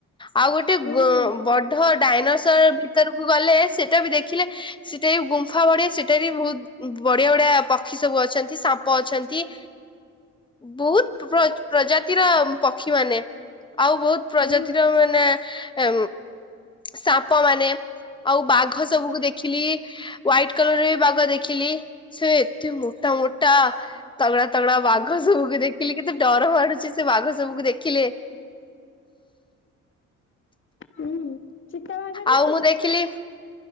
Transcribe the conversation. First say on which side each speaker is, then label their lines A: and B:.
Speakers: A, on the left; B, on the left.
A: ଆଉ ଗୋଟେ
B: ହଁ
A: ଗ ବଢ ଡାଇନସର ଭିତରକୁ ଗଲେ ସେଟା ବି ଦେଖିଲେ ସେଟା ବି ଗୁମ୍ଫା ବଢିଆ ସେଟା ବି ବହୁତ ବଢିଆ ବଢିଆ ପକ୍ଷୀ ସବୁ ଅଛନ୍ତି, ସାପ ଅଛନ୍ତି ବହୁତ ପ୍ର -ପ୍ରଜାତିର ପକ୍ଷୀ ମାନେ ଆଉ ବହୁତ ପ୍ରଜାତିର
B: ହଁ
A: ମାନେ ଆ ସାପ ମାନେ ଆଉ ବାଘ ସବୁକୁ ଦେଖିଲି ହ୍ୱାଇଟ୍ କଲର୍ ରେ ବି ବାଘ ଦେଖିଲି ସେ ଏତେ ମୋଟା ମୋଟା ତଗଡା ତଗଡା ବାଘ ସବୁକୁ ଦେଖିଲି କେତେ ଡର ମାଡ଼ୁଚି ସେ ବାଘ ସବୁକୁ ଦେଖିଲେ।
B: ହୁଁ। ଚିତାବାଘ ଦେଖିଲୁ?
A: ଆଉ ମୁଁ ଦେଖିଲି